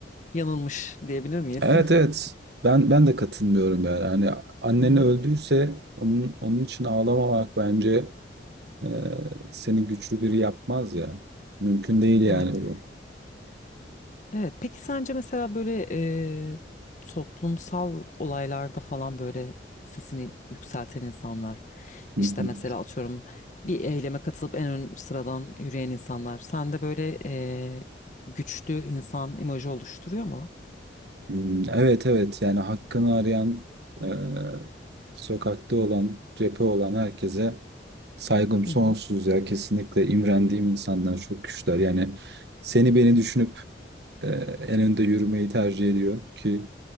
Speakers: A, on the left (about 40°); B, on the right (about 65°).
A: yanılmış diyebilir miyiz?
B: Evet evet.
A: <laughs>
B: Ben ben de katılmıyorum yani. Hani annen
A: Hı hı.
B: öldüyse onun onun için ağlamamak bence e, seni güçlü biri yapmaz ya. Mümkün değil yani
A: Evet.
B: bu.
A: Evet, peki sence mesela böyle e, toplumsal olaylarda falan böyle sesini yükselten insanlar,
B: Hı
A: işte
B: hı.
A: mesela atıyorum bir eyleme katılıp en ön sıradan yürüyen insanlar, sende böyle e, güçlü insan imajı oluşturuyor mu?
B: Hmm, Evet evet yani hakkını arayan e, sokakta olan cephe olan herkese saygım sonsuz
A: Hı hı.
B: ya kesinlikle imrendiğim insanlar çok güçler yani seni beni düşünüp e, en önde yürümeyi tercih ediyor ki